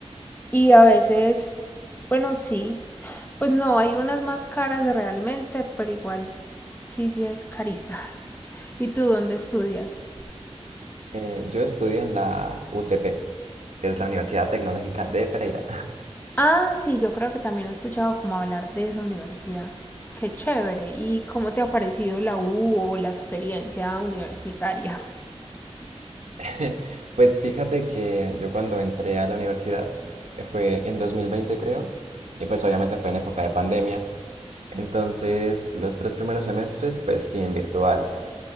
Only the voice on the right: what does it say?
Eh, yo estudio en la UTP, que es la Universidad Tecnológica de Pereira.
<laughs> Pues fíjate que yo cuando entré a la universidad eh, fue en 2020, creo, y pues obviamente fue en época de pandemia. Entonces, los tres primeros semestres, pues, sí, en virtual.